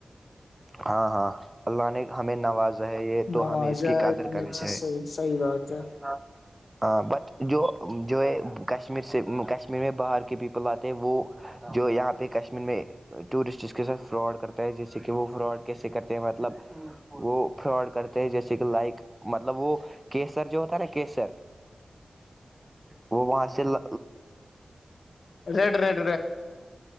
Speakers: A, on the right (about 15°); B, on the left (about 75°).
A: ہاں ہاں اللہ نے ہمیں نوازا ہے یہ
B: نمازہ
A: تو ہمیں اس کی قادر
B: اتنی
A: کرنی
B: اچھی
A: چاہی
B: صحیح
A: اچ
B: بات ہے
A: ہاں بٹ جو جو ہے کشمیر سے کشمیر میں باہر کے پیپل آتے ہیں وہ جو یہاں پہ کشمیر میں ٹورسٹ اس کے ساتھ فراڈ کرتا ہے جیسے کہ وہ فراڈ کیسے کرتے ہیں مطلب وہ فراڈ کرتے ہیں جیسے کہ لائک مطلب وہ کیسر جو ہوتا ہے نا کیسر وہ وہاں سے ل
B: ریٹ ریٹ